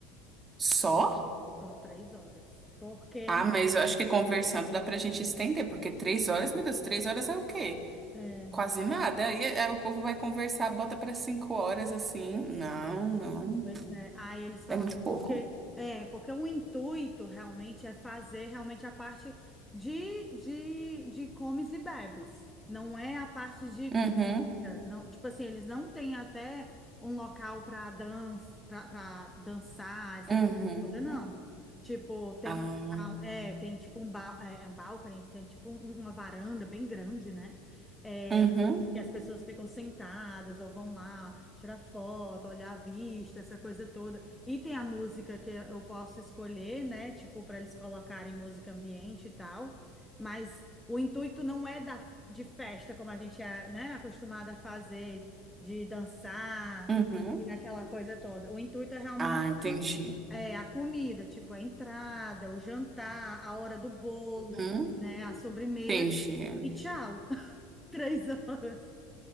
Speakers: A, on the right; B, in the centre.
A: Só?
B: Só três horas. Porque,
A: Ah, mas eu acho que conversando dá pra gente estender, porque três horas, meu Deus, três horas é o quê?
B: é,
A: Quase nada.
B: é,
A: E aí o povo vai conversar, bota pra cinco horas assim. Não, não.
B: pois é, aí eles falaram,
A: É muito pouco.
B: porque, é, porque o intuito realmente é fazer realmente a parte de, de, de comes e bebes. Não é a parte de
A: Uhum,
B: Não, tipo assim, eles não têm até um local para dança, para dançar, essa
A: uhum.
B: coisa toda, não. Tipo, tem
A: Ah,
B: um local, é, tem tipo um, ba é, é um balcony, tem tipo um- uma varanda bem grande, né? É,
A: uhum,
B: que as pessoas ficam sentadas ou vão lá tirar foto, olhar a vista, essa coisa toda. E tem a música que eu posso escolher, né? Tipo, para eles colocarem música ambiente e tal. Mas o intuito não é dar de festa, como a gente é, né, acostumada a fazer, de dançar
A: uhum.
B: e daquela coisa toda. O intuito é realmente
A: Ah, entendi.
B: é, a comida, tipo a entrada, o jantar, a hora do bolo,
A: Uhum,
B: né, a sobremesa
A: entendi.
B: e tchau. <laughs> Três horas.